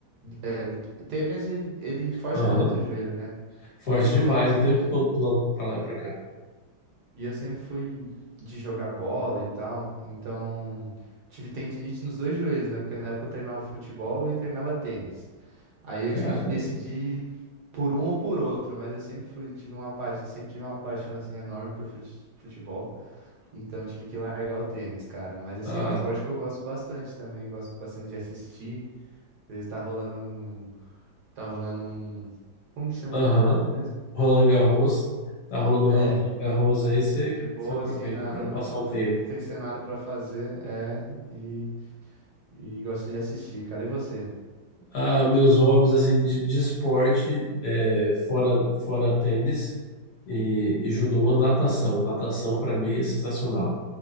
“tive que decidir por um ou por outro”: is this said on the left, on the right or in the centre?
Right